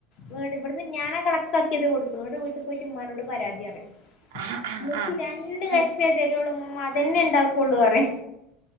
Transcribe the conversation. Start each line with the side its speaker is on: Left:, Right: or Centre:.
Left: ഇവിട് ഇവിടുന്ന് ഞാൻ കണക്കാക്കിയതെ കൊടുക്കു എന്നട്ട് വീട്ടി പോയിട്ട് ഉമ്മാനോട് പരാതി പറയും
Right: ആഹ് ആഹ്
Left: എനിക്ക്
Right: ആഹ്
Left: രണ്ട്
Right: ആഹ്
Left: കഷ്ണെ തരുള്ളൂ ഉമ്മുമ്മാ അതന്നെ എണ്ടാക്കുള്ളൂ പറയും